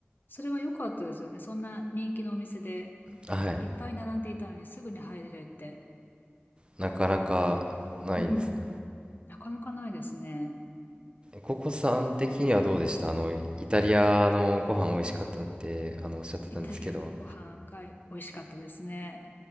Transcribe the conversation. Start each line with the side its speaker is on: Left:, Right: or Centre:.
Left: それは良かったですよね。そんな人気のお店で、
Right: はい。
Left: いっぱい並んでいたのにすぐに入れるって。
Right: なかなかないですね。
Left: うん。なかなかないですね。
Right: ココさん的にはどうでしたあの、イタリアのご飯美味しかったって、あの、おっしゃってたんですけど、
Left: イタリアのご飯が美味しかったですね。